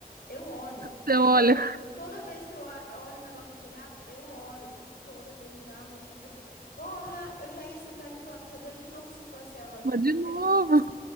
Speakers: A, on the left; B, on the right.
A: eu olho.
B: Então,
A: Toda
B: olha,
A: vez, toda vez que eu a- olho um negócio no telhado, eu olho. E toda vez me dá uma agonia, porque, porra, eu já ia ser pega pela pisadeira de novo se fosse
B: <laughs>
A: ela ali,
B: mas de
A: <laughs> entendeu?
B: novo.